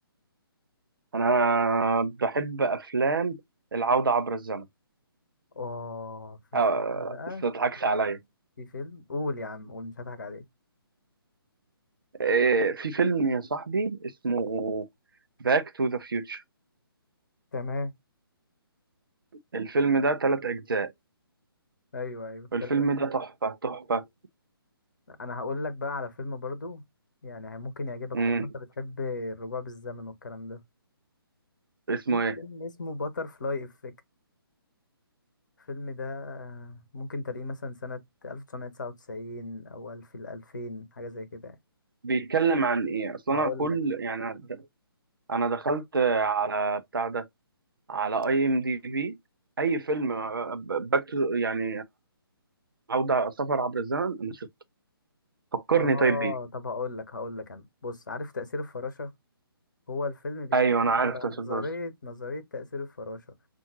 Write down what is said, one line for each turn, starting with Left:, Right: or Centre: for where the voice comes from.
Right: أنا بحب أفلام العودة عبر الزمن
Left: اه في
Right: آه،
Left: فيلم بقى
Right: بس ما تضحكش
Left: في فيلم
Right: عليا
Left: في فيلم قول يا عم قول مش هضحك عليك
Right: آه، في فيلم يا صاحبي اسمه باك تو ذا فيوتشر
Left: تمام
Right: الفيلم ده تلات أجزاء
Left: ايوه ايوه
Right: الفيلم
Left: تمام
Right: ده تحفة تحفة
Left: انا هقول لك بقى على فيلم برضو يعني ممكن يعجبك
Right: مم.
Left: طالما انت بتحب الرجوع بالزمن والكلام ده
Right: اسمه
Left: في
Right: إيه؟
Left: فيلم اسمه باتر فلاي افكت الفيلم ده ممكن تلاقيه مثلا سنة 1999 او الف الالفين حاجة زي كده يعني
Right: بيتكلم عن إيه؟ أصلا
Left: هقول
Right: أنا كل
Left: لك
Right: يعني أنا دخلت على بتاع ده على اي ام دي بي اي فيلم باك تو، يعني عوده سفر عبر الزمن انا شفته فكرني
Left: اه
Right: طيب بيه
Left: طب هقول لك هقول لك انا بص عارف تأثير الفراشة هو الفيلم بيتكلم
Right: ايوه انا عارف
Left: على
Right: تاسل
Left: نظرية
Right: فرس
Left: نظرية تأثير الفراشة